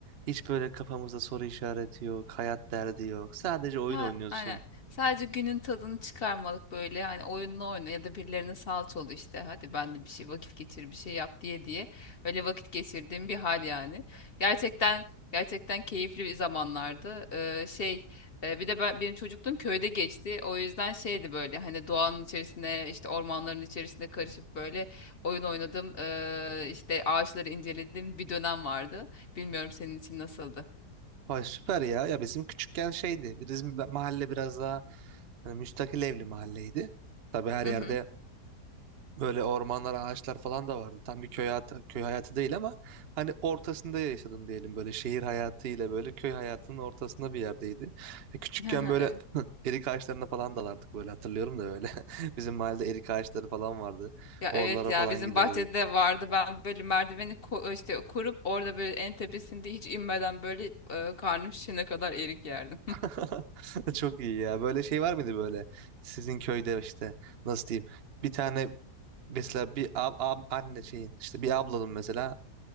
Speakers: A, on the right; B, on the left.
A: hiç böyle kafamızda soru işareti yok, hayat derdi yok. Sadece oyun
B: Ha,
A: oynuyorsun.
B: aynen. Sadece günün tadını çıkarmalık böyle. Hani oyunla oyna ya da birilerine salça ol işte. Hadi ben de bir şey vakit geçir, bir şey yap diye diye. Öyle vakit geçirdiğim bir hal yani. Gerçekten gerçekten keyifli bir zamanlardı. Ee, şey e, bir de ben benim çocukluğum köyde geçti. O yüzden şeydi böyle hani doğanın içerisine işte ormanların içerisine karışıp böyle oyun oynadım. Ee, işte ağaçları inceledim bir dönem vardı. Bilmiyorum senin için nasıldı?
A: Vay süper ya. Ya bizim küçükken şeydi. Bizim mahalle biraz daha hani müstakil evli mahalleydi. Tabii her yerde
B: Hı hı.
A: Böyle ormanlar, ağaçlar falan da vardı. Tam bir köy hayatı, köy hayatı değil ama hani ortasında yaşadım diyelim böyle şehir hayatı ile böyle köy hayatının ortasında bir yerdeydi. E, küçükken
B: <laughs>
A: böyle
B: Evet.
A: <laughs> erik ağaçlarına falan dalardık böyle hatırlıyorum da böyle. <laughs> Bizim mahallede erik ağaçları falan vardı.
B: Ya
A: Oralara
B: evet ya
A: falan
B: bizim
A: giderdik.
B: bahçede vardı ben böyle merdiveni ko- işte kurup orada böyle en tepesinde hiç inmeden böyle e, karnım şişene kadar erik yerdim.
A: <laughs> Çok iyi ya. Böyle şey var mıydı böyle? Sizin köyde işte nasıl diyeyim? Bir tane mesela bir ab, ab- anne şeyin işte bir ablanın mesela